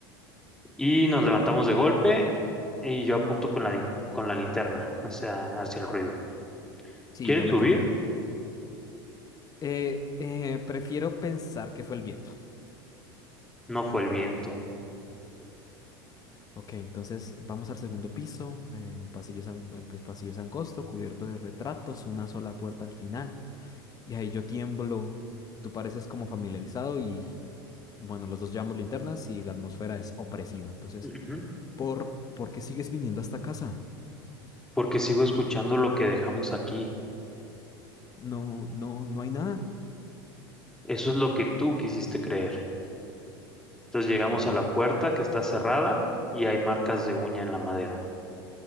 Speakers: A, in the centre; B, on the left.
A: Y nos levantamos de golpe y yo apunto con la, lin- con la linterna hacia, hacia el ruido.
B: Sí,
A: ¿Quieres
B: yo
A: subir?
B: me congelo. Eh, eh, prefiero pensar que fue el viento.
A: No fue el viento.
B: Ok, entonces vamos al segundo piso. El pasillo es, an- el pues, pasillo es angosto, cubierto de retratos, una sola puerta al final. Y ahí yo tiemblo. Tú pareces como familiarizado y, bueno, los dos llevamos linternas y la atmósfera es opresiva. Entonces,
A: Ujú.
B: ¿por, por qué sigues viniendo a esta casa?
A: Porque sigo escuchando lo que dejamos aquí.
B: No, no, no hay nada.
A: Eso es lo que tú quisiste creer. Entonces llegamos
B: Llegamos.
A: a la puerta que está cerrada y hay marcas de uña en la madera.